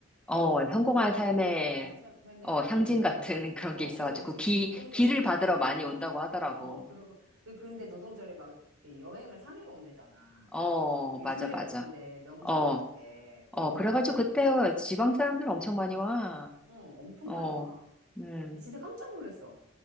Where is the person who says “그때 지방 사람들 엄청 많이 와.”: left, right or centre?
Centre